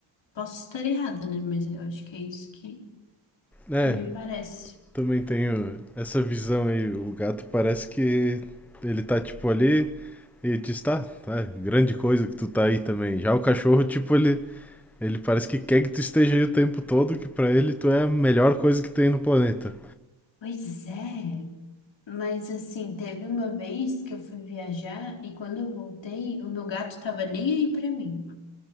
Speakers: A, on the left; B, in the centre.
A: Posso estar errada, né? Mas eu acho que é isso que,
B: É,
A: que me parece.
B: Também tenho essa visão aí. O gato parece que ele tá tipo ali e diz, tá, tá, grande coisa que tu tá aí também. Já o cachorro, tipo, ele, ele parece que quer que tu esteja aí o tempo todo, que pra ele tu é a melhor coisa que tem no planeta.
A: Pois é. Mas assim, teve uma vez que eu fui viajar e quando eu voltei, o meu gato tava nem aí pra mim.